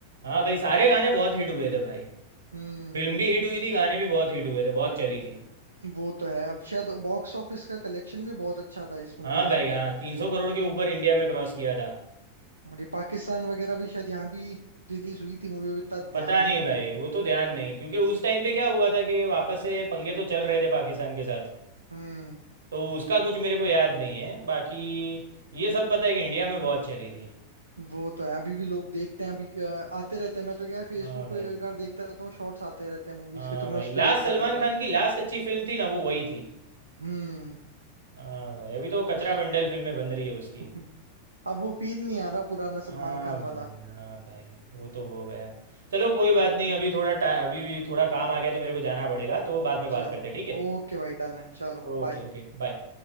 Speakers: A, on the right (about 65°); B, on the right (about 80°).
A: हाँ भाई सारे गाने बहुत हिट हुए थे भाई
B: हम्म
A: फिल्म भी हिट हुई थी गाने भी बहुत हिट हुए थे बहुत चली थी
B: वो तो है अब शायद बॉक्स ऑफिस का कलेक्शन भी बहुत अच्छा था इस मूवी
A: हाँ
B: का
A: भाई हाँ तीन सौ करोड़ के ऊपर इंडिया में क्रॉस किया था
B: और ये पाकिस्तान वगैरह भी शायद यहाँ भी रिलीज हुई थी मूवी अभी इतना ध्यान
A: पता
B: नहीं
A: नहीं
B: मेरे
A: भाई
B: को
A: वो तो ध्यान नहीं क्योंकि उस टाइम पे क्या हुआ था कि वापस से पंगे तो चल रहे थे पाकिस्तान के साथ
B: हम्म
A: तो उसका कुछ मेरे को याद नहीं है बाकी ये सब पता है कि इंडिया में बहुत चली थी
B: वो तो है अभी भी लोग देखते हैं अभी का- आते रहते हैं मैं तो क्या है फेसबुक
A: हाँ भाई
B: पे कभी कभार देखता रहता हूँ शॉर्ट्स आते रहते हैं मूवीज
A: हाँ
B: के तो
A: भाई
B: मैं उस पे
A: लास्ट
B: देखता
A: सलमान
B: रहता
A: खान
B: हूँ
A: की लास्ट अच्छी फिल्म थी ना वो वही थी
B: हम्म
A: हाँ भाई अभी तो कचरा
B: उस
A: बंडल फिल्में बन रही है उसकी
B: <laughs> अब वो फील नहीं आ रहा पुराना
A: हाँ
B: सलमान खान
A: भाई
B: वाला
A: हाँ भाई वो तो हो गया चलो कोई बात
B: वो
A: नहीं
B: तो है
A: अभी थोड़ा टाइम अभी भी थोड़ा काम आ गया तो मेरे को जाना पड़ेगा तो बाद में बात
B: चलो
A: करते हैं ठीक है
B: ओके भाई डन है चलो
A: Okay
B: बाय
A: okay bye